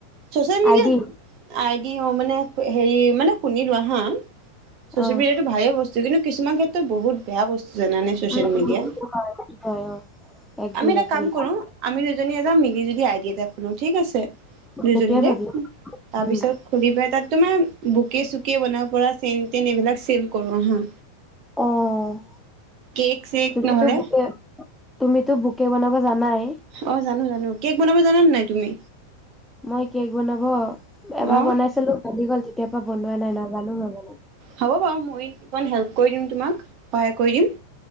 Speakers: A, on the right; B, in the centre.
A: চছেল - মিডিয়া
B: আইডি
A: ', দিহও মানে হেৰি মানে, শুনি লোৱা হা', - চচিয়েল
B: অ
A: - মিডিয়াটো ভালে বস্তু। যদি নো কিছুমান ক্ষেত্ৰত বহুত বেয়া বস্তু জানানে ছ'চিয়েল
B: উম
A: -মিডিয়া।
B: উম হয়', - অ ', এগ্ৰি-
A: আমি এটা
B: এগ্ৰি।
A: কাম কৰো আমি দুজনী এ', যাম মিলি জুলি যদি আইডিয়া এটা খোলো ঠিক আছে। দুজনীৰে
B: সেইটোয়ে ভাবি
A: তাৰপিছত
B: উম
A: খুলি পেলাই তাত তোমাৰ, - বুকে -চুকে, বনাব পৰা চেন-টেন এইবিলাক চেল কৰো আহা',
B: অহ ',
A: কেক চেক
B: তুমিতো
A: নহ'লে
B: বোকে তুমিতো বোকে। বুকে বনাব জানায়, -
A: অ', জানোঁ- জানোঁ কেক বনাব জানা নে ', নাই তুমি?
B: মই কেক বনাব, এবাৰ
A: অ
B: বনাই চিলো ভাঙি গ'ল। তেতিয়াৰ পৰা বনোৱা নাই নাজানোঁ মই বনাব,
A: হ'ব বাৰু মই ইকণ হেল্প কৰি দিম তোমাক, সহায় কৰি দিম।